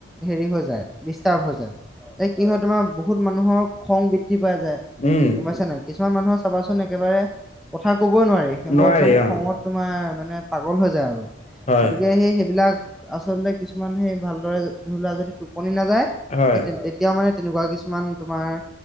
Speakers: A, in the centre; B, on the left.
A: হেৰি হৈ যায়। ডিষ্টাৰ্ব হৈ যায় এ কি হয় তোমাৰ বহুত মানুহৰ খং বৃদ্ধি পোৱা যায়।
B: উম,
A: গমাইছা নেকি? কিছুমান মানুহৰ চাবাচোন একেবাৰে কথা ক'বই নোৱাৰি সিহঁত
B: নোৱাৰি
A: একদম
B: অ',
A: খঙত তোমাৰ মানে পাগল হৈ যায় আৰু
B: হয়,
A: গতিকে সেই, সেইবিলাক আচলতে কিছুমান সেই ভালদৰে ধৰি লোৱা যদি টোপনি নাযায় সেই
B: হয়,
A: এতিয়াও মানে তেনেকুৱা কিছুমান তোমাৰ